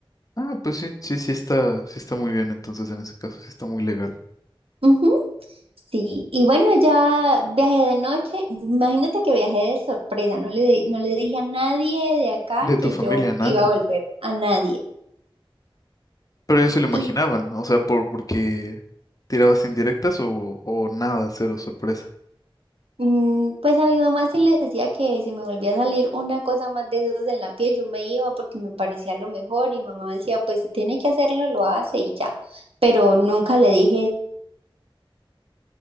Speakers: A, on the left (about 40°); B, on the right (about 80°).
A: Ah, pues sí, sí, sí está, sí está muy bien entonces en ese caso, sí está muy legal.
B: Ujú. Sí, y bueno, ya viajé de noche. Imagínate que viajé de sorpresa, no le, di- no le dije a nadie de acá
A: De tu
B: que
A: familia,
B: yo
A: nada.
B: iba a volver, a nadie.
A: Pero eso lo imaginaban,
B: Y
A: ¿no? o sea, por porque tirabas indirectas o, o nada, cero sorpresa.
B: mm, pues a mi mamá sí le decía que si me volvía a salir una cosa más de esas en la piel, yo me iba porque me parecía lo mejor. Y mi mamá decía, pues si tiene que hacerlo, lo hace y ya. Pero nunca le dije,